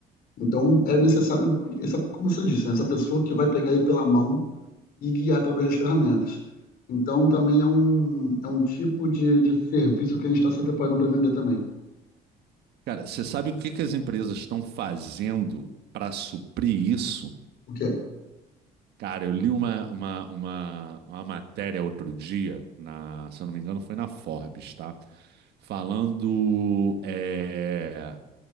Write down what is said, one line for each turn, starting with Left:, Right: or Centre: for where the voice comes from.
Left: Então, é necessário, essa, como você disse, né? essa pessoa que vai pegar ele pela mão e guiar através das ferramentas. Então, também é um, é um tipo de, de serviço que a gente está se preparando para vender também.
Right: Cara, você sabe o que, que as empresas estão fazendo para suprir isso?
Left: O quê?
Right: Cara, eu li uma, uma, uma, uma matéria outro dia, na, se eu não me engano, foi na Forbes, tá? Falando é,